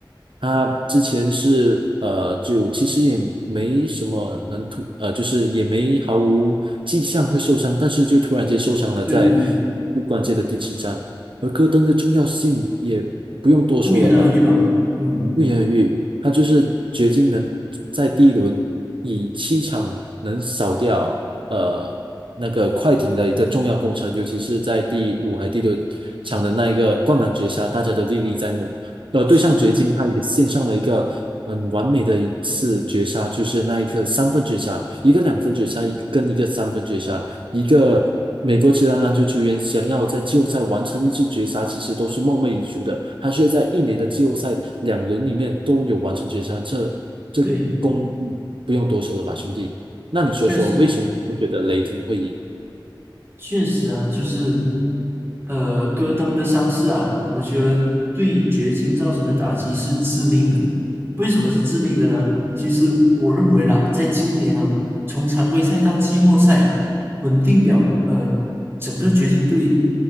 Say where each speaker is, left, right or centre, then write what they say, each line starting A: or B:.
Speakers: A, on the right; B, on the right.
A: 他之前是呃，就其实也没什么能突，呃，就是也没毫无迹象会受伤，但是就突然间受伤了，
B: 对对对，
A: 在最关键的第七战。而戈登的重要性也不用多说了吧，
B: 不言而喻吧？嗯，
A: 不言而喻，他就是掘金能在第一轮以七场能扫掉呃那个快艇的一个重要功臣，尤其是在第五还第六场的那一个灌篮绝杀，大家都历历在目。呃，
B: 是的，
A: 对上掘金，他也献上了一个很完美的一次绝杀，就是那一刻三分绝杀，一个两分绝杀，一个跟一个三分绝杀，一个美国职篮篮球球员想要在季后赛完成一次绝杀，其实都是梦寐以求的，他却在一年的季后赛两轮里面都有完成绝杀，这这功
B: 对，
A: 不用多说了吧，兄弟？那你说说，
B: 确实的。
A: 为什么你会觉得雷霆会赢？
B: 确实啊，就是，呃，戈登的伤势啊，我觉得对掘金造成的打击是致命的。为什么是致命的呢？其实我认为啦，在今年啊，从常规赛到季后赛，稳定表，呃，整个掘金队